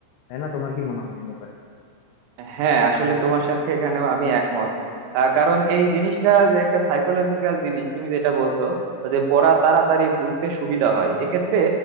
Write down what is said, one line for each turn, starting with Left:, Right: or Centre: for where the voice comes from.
Left: তাই না তোমার কি মনে হয় এই ব্যাপারে
Right: হ্যাঁ আসলে তোমার সাথে এখানেও আমি একমত আহ, কারণ এই জিনিসটা যে একটা সাইকোলজিক্যাল জিনিস তুমি যেটা বলছো যে পড়া তাড়াতাড়ি বুঝতে সুবিধা হয় এক্ষেত্রে